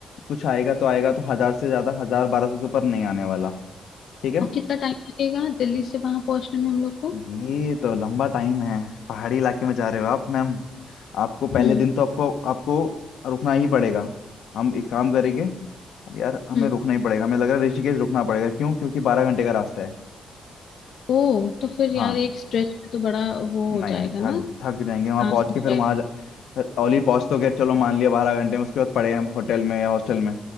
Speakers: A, on the left; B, on the left.
A: कुछ आएगा तो आएगा तो हजार से ज्यादा हजार बारह सौ से ऊपर नहीं आने वाला ठीक है
B: और कितना टाइम लगेगा दिल्ली से वहां पहुंचने में हम लोग को
A: ये तो लंबा टाइम है पहाड़ी इलाके में जा रहे हो आप मैम आपको पहले
B: हम्म
A: दिन तो आपको आपको रुकना ही पड़ेगा हम एक काम करेंगे यार हमें
B: हम्म
A: रुकना ही पड़ेगा हमें लग रहा है ऋषिकेश रुकना पड़ेगा क्यों क्योंकि बारह घंटे का रास्ता है
B: ओ तो फिर यार
A: हाँ
B: एक स्ट्रेच में तो बड़ा वो हो
A: नहीं
B: जाएगा
A: थक
B: ना
A: थक जाएंगे वहां
B: आसान
A: पहुंच के
B: हो
A: फिर वहां जा- ओली पहुंच तो गए चलो मान लिया बारह घंटे में उसके बाद पड़े हैं होटल में या हॉस्टल में